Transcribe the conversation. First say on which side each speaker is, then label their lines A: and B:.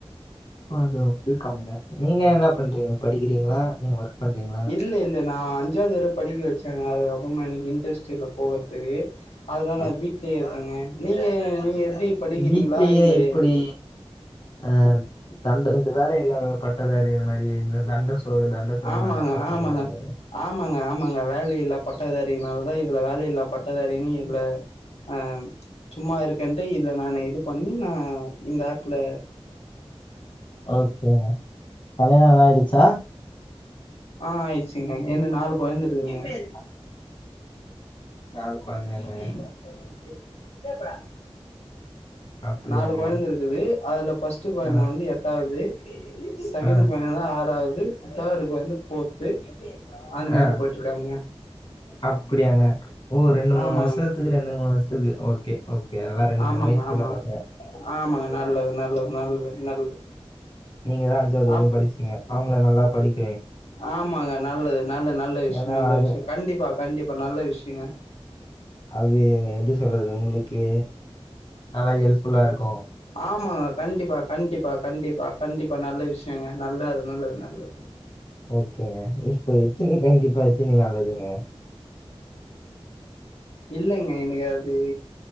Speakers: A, on the left; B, on the left.
A: அது பி காம் ங்க நீங்க என்ன பண்றீங்க படிக்கிறீங்களா நீங் ஒர்க் பண்றீங்களா
B: இல்ல இல்ல நா அஞ்சாவது வர படிக்க வச்சேங்க அதுக்கப் ப்றமா எனக்கு இன்ட்ரஸ்ட் இல்ல போகறதுக்கு அதனால
A: அப்
B: வீட்லயே இருக்குங்க நீங்க நீங்க எப்டி படிக்கிறீங்களா
A: வீட்லயே
B: இல்ல
A: எப்படி அ தண்ட இந்த வேல இல்லாத பட்டதாரிறு மாரி தண்ட சோறு தண்ட சோறு
B: ஆமாங்க
A: நாங்க அப்பா சொல்லுவாரு
B: ஆமாங்க
A: அந்த மாரி
B: ஆமாங்க ஆமாங்க வேல இல்லா பட்டதாரினால தா இதுல வேல இல்லா பட்ட அதுஅறினு இல்ல ஆ சும்மா இருக்கேன்ட்டு இதுல நானு இது பண்ணி நா இந்த ஆப்ல
A: ஓகேங்க கல்யாணோலா ஆயிடுச்சா
B: ஆ ஆயிடுச்சுங்க
A: இன்னு
B: எனக்
A: நாலு
B: நாளூ
A: கொழந்த
B: கொழந்தருக்குங்க
A: இருக்குங்க நாலு கொழந்தையாங்க
B: <inaudible> எப்றா <unintelligible>
A: அப்டியாங்க
B: நாலு கொழந்த இருக்குது அதுல ஃபஸ்ட் கொழந்த
A: ஆ
B: வந்து எட்டாவது செகண்ட்
A: ஆ
B: கொழந்த ஆறாவது தேர்டு கொழந்த ஃபோர்த்து அந்த மாரி
A: ஆ
B: போயிட்டு இருக்காங்க
A: அப்டியாங்க ரெண்டு மூணூ
B: ஆமாங்க
A: வருஷத்துக்கு ரெண்டு முணூ டுத்தது ஓகே ஓகே எல்லா ரெண்டு
B: ஆமாங்க
A: மூணு வயசு
B: ஆமா
A: சின்ன பசங்க
B: ஆமாங்க நல்லது நல்லது நல்லது நல்லது
A: நீங்கதா அஞ்சாவது வரையு
B: அப்
A: படிச்சிங்க அவுங் நல்லா படிக்
B: ஆமாங்க நல்லது நல்ல நல்ல விஷயோ
A: ஏன்னா
B: நல்ல
A: அது
B: விஷயோ கண்டிப்பா கண்டிப்பா நல்ல விஷயோ சரிங்க
A: அது எப்டி சொல்றது உங்களுக்கு நல்லா ஹெல்ப்ஃபுல்லா இருக்கு
B: ஆம் மா கண்டிப்பா கண்டிப்பா கண்டிப்பா கண்டிப்பா நல்ல விஷயங்க நல்ல அது நல்லது நல்லது
A: ஓகேங்க இப்பயத்தி கண்டிப் இப்பத்தினி நல்லதுங்க
B: இல்லைங்க எனக்கு அது